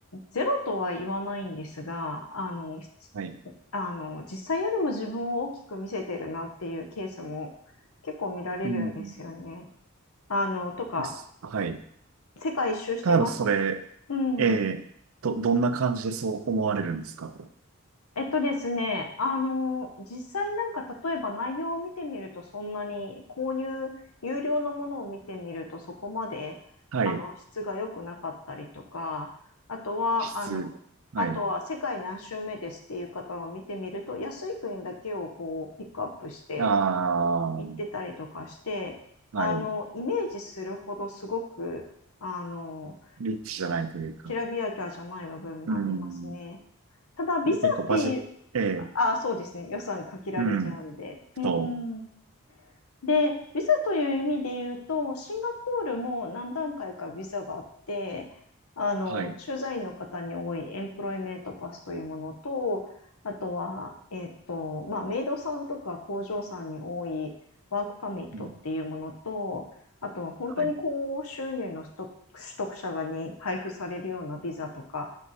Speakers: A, on the left (about 85°); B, on the right (about 75°).
A: ゼロとは言わないんですが、あの、し
B: はい、
A: あの、実際よりも自分を大きく見せてるなっていうケースも結構見られるんですよね。
B: うん、
A: あの、とか、
B: です。はい。
A: 世界一周してます。
B: 例えばそれ、
A: うん。
B: ええ、ど、どんな感じでそう思われるんですか
A: えっとですね、あの、実際なんか例えば内容を見てみるとそんなに購入、有料のものを見てみるとそこまであの質が良くなかったりとか、
B: はい、
A: あとは、
B: 質、
A: あの、
B: はい、
A: あとは世界何周目ですっていう方を見てみると安い国だけをこうピックアップして
B: ああ、は
A: 行ってたりとかして、あの、
B: い、
A: イメージするほどすごく、あの、
B: リッチじゃないというか、
A: きらびやきゃじゃない部分もありますね。
B: うん、
A: ただ、ビザっていう
B: 結構バジェット、ええ、
A: あ、そうですね。予算限られちゃうんで。
B: うん、
A: うん。
B: と、
A: で、ビザという意味で言うと、シンガポールも何段階かビザがあって、あの、
B: はい、
A: 駐在員の方に多いエンプロイメントパスというものと、あとは、えっと、まあ、メイドさんとか工場さんに多いワークパミットっていうものと、
B: うん、
A: あとは本当に高収入の取得取得者がに配布されるようなビザとか
B: はい、